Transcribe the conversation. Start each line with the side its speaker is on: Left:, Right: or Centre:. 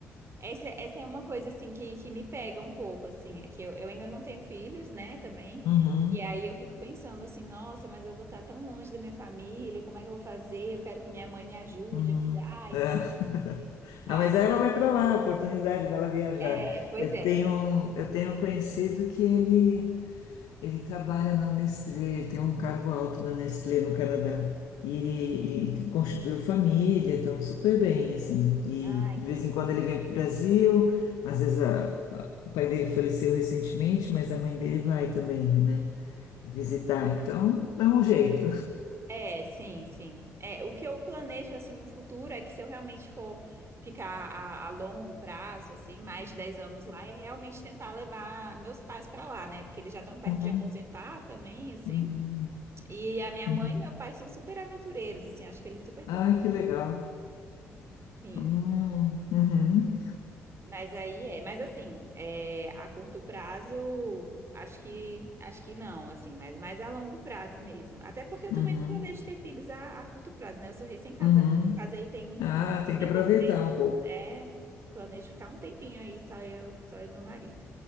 Right: essa, essa é uma coisa assim que, que me pega um pouco, assim, é que eu, eu ainda não tenho filhos, né, também.
Left: Uhum,
Right: E aí eu fico pensando assim, nossa, mas eu vou estar tão longe da minha família, como é que eu vou fazer? Eu quero que minha mãe me ajude
Left: uhum.
Right: a cuidar e
Left: É.
Right: tal.
Left: <laughs> Ah,
Right: Ai,
Left: mas ela vai para lá, a oportunidade dela viajar.
Right: é, pois
Left: Eu
Right: é.
Left: tenho, um- eu tenho um conhecido que ele, ele trabalha na Nestlé, ele tem um cargo alto na Nestlé no Canadá. E, e, e constituiu família, estão super bem, assim. E
Right: Ai,
Left: de
Right: que
Left: vez em quando ele vem para o Brasil, às vezes a- a- o pai dele faleceu recentemente, mas a mãe dele vai também, né, visitar. Então, dá um jeito.
Right: É, sim, sim. É, o que eu planejo assim no futuro é que se eu realmente for ficar a, a longo prazo, assim, mais de 10 anos lá, é realmente tentar levar meus pais pra lá, né? Porque eles já estão perto
Left: Uhum,
Right: de aposentar também, assim.
Left: uhum,
Right: E a minha
Left: uhum.
Right: mãe e meu pai são super aventureiros, assim, acho que eles super
Left: Ah,
Right: topariam.
Left: que legal.
Right: Sim.
Left: Hum, uhum,
Right: Mas aí é, mas assim, é, a curto prazo, acho que acho que não, assim, mas mais a longo prazo mesmo. Até porque eu
Left: <laughs> uhum,
Right: também não planejo ter filhos a, a curto prazo, né? Eu sou recém-casada,
Left: uhum.
Right: eu casei tem
Left: Ah, tem que
Right: Infelizmente,
Left: aproveitar um pouco.
Right: é. Planejo ficar um tempinho aí, só eu, só eu e meu marido.